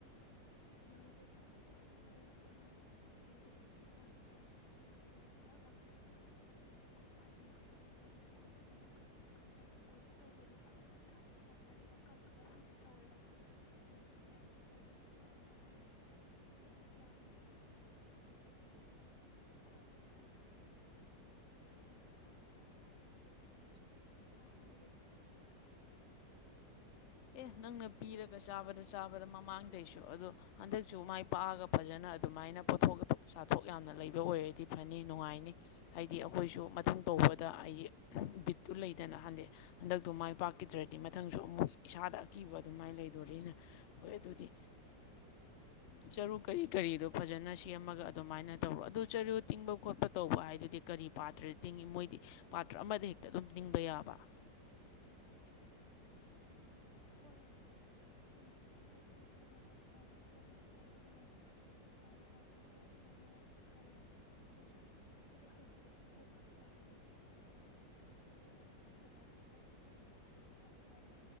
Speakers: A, on the left; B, on the left.
A: ꯃꯔꯨ ꯀꯩꯀꯥ ꯐꯖꯅ ꯂꯩꯔꯛꯇꯅ ꯑꯗꯩꯗꯤ ꯀꯩꯀꯥ ꯇꯧꯗꯅ ꯆꯦꯔꯪ ꯅꯨꯡ ꯍꯤꯗꯥꯛ ꯂꯥꯡꯊꯛ ꯀꯣꯛꯐꯥꯏ ꯅꯨꯡ ꯀꯥꯈꯠꯂꯛꯇꯅꯕ ꯈꯣꯠꯇꯅꯕ ꯀꯪꯁꯤꯟꯕ ꯈꯣꯠꯄ ꯇꯧꯕꯗꯣ ꯐꯖꯅ ꯁꯥꯠꯄ ꯉꯝꯗꯕꯤꯗ ꯀꯪꯉꯒ ꯁꯤꯕꯤ ꯇꯧꯋꯦꯕ ꯑꯗꯨꯒꯨꯝꯕ ꯃꯌꯥꯝꯗꯣ ꯇꯧꯗꯅꯕ ꯕꯥꯅ ꯍꯥꯏꯔꯒꯅꯦ ꯍꯤꯗꯥꯛ ꯅꯨꯡ ꯂꯩꯔꯛꯇꯅ ꯈꯣꯠꯇꯅ ꯍꯟꯗꯛꯀꯤ ꯑꯃꯨꯛ ꯏꯙꯧ ꯅꯧꯅ ꯑꯃꯨꯛ ꯊꯥꯅꯕ ꯇꯧꯔꯤꯌꯦ ꯑꯗꯨ ꯍꯌꯦꯡ ꯄꯥꯜꯂꯀꯥꯟꯗ ꯍꯥꯏꯔꯛꯀꯦ ꯑꯗꯨꯝ ꯅꯣꯏꯁꯨ ꯃꯍꯥꯎ ꯌꯦꯡꯉꯨ
B: ꯑꯦ ꯅꯪꯅ ꯄꯤꯔꯒ ꯆꯥꯕꯗ ꯆꯥꯕꯗ ꯃꯃꯥꯡꯗꯩꯁꯨ ꯑꯗꯣ ꯍꯟꯗꯛꯁꯨ ꯃꯥꯏ ꯄꯥꯛꯑꯒ ꯐꯖꯅ ꯑꯗꯨꯃꯥꯏꯅ ꯄꯣꯊꯣꯛ ꯆꯥꯊꯣꯛ ꯌꯥꯝꯅ ꯂꯩꯕ ꯑꯣꯏꯔꯗꯤ ꯐꯅꯤ ꯅꯨꯡꯉꯥꯏꯅꯤ ꯍꯥꯏꯗꯤ ꯑꯩꯈꯣꯏꯁꯨ ꯃꯊꯪ ꯇꯧꯕꯗ ꯍꯥꯏꯗꯤ ꯕꯤꯠꯇꯨ ꯂꯩꯗꯅ ꯍꯟꯗꯤ ꯍꯟꯗꯛꯇꯨ ꯃꯥꯏ ꯄꯥꯛꯈꯤꯗ꯭ꯔꯗꯤ ꯃꯊꯪꯁꯨ ꯑꯃꯨꯛ ꯏꯁꯥꯗ ꯑꯀꯤꯕ ꯑꯗꯨꯃꯥꯏꯅ ꯂꯩꯗꯣꯔꯤꯅ ꯍꯣꯏ ꯑꯗꯨꯗꯤ ꯆꯔꯨ ꯀꯔꯤ ꯀꯔꯤꯗꯣ ꯐꯖꯅ ꯁꯦꯝꯃꯒ ꯑꯗꯨꯃꯥꯏꯅ ꯇꯧꯔꯣ ꯑꯗꯨ ꯆꯔꯨ ꯇꯤꯡꯕ ꯈꯣꯠꯄ ꯇꯧꯕ ꯍꯥꯏꯗꯨꯗꯤ ꯀꯔꯤ ꯄꯥꯇ꯭ꯔ ꯇꯤꯡꯏꯤ ꯃꯣꯏꯗꯤ ꯄꯥꯇ꯭ꯔ ꯑꯃꯗ ꯍꯦꯛꯇ ꯑꯗꯨꯝ ꯇꯤꯡꯕ ꯌꯥꯕ
A: ꯍꯣꯏ ꯎ ꯍꯟꯗꯛꯇꯤ ꯐꯖꯅ ꯊꯥꯅꯕ ꯈꯣꯠꯅꯕ ꯇꯧꯋꯦ ꯑꯗꯨꯅꯅꯦ ꯃꯥꯏ ꯄꯥꯛꯄꯁꯨ ꯑꯣꯏꯁꯅꯣꯅ ꯈꯜꯂꯦ ꯑꯗꯩ ꯑꯩꯈꯣꯏꯁꯨ ꯑꯩꯈꯣꯏꯁꯨ ꯍꯩꯇꯦꯕ ꯈꯣꯏꯕꯥꯛ ꯈꯛꯇꯪ ꯍꯩꯕꯅꯦꯕ ꯑꯗꯣ ꯍꯟꯗꯛꯇꯤ ꯃꯔꯨ ꯂꯧꯕꯗꯣ ꯈꯣꯏꯕꯥꯛꯁꯨ ꯆꯠꯇꯦꯕ ꯑꯗꯨꯅ ꯑꯩꯈꯣꯏꯁꯨ ꯆꯠꯂꯤꯀꯥꯟꯗ